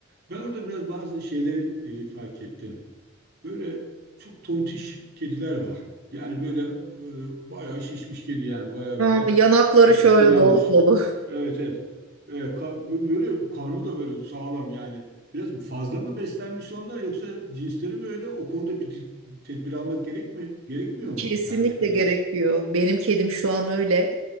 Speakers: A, on the right; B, on the right.
A: Ben orada biraz bazı şeyleri e, fark ettim. Böyle çok tontiş kediler var. Yani böyle e, bayağı şişmiş kedi yani bayağı
B: Aa,
A: böyle
B: yanakları
A: e,
B: şöyle
A: kilo
B: dolu
A: almış.
B: dolu.
A: Evet evet. E, ka- böyle karnı da böyle sağlam yani. Biraz fazla mı beslenmiş onlar yoksa cinsleri mi öyle? O konuda bir di- tedbir almak gerek mi? Gerekmiyor mu?
B: Kesinlikle
A: Yani öyle.
B: gerekiyor. Benim kedim şu an öyle